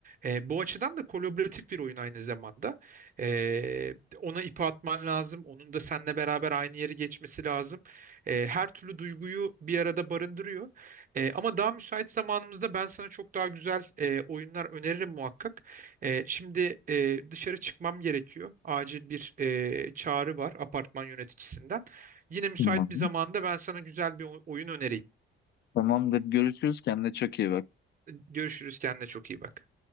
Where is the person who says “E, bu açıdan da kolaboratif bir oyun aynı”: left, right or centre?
Right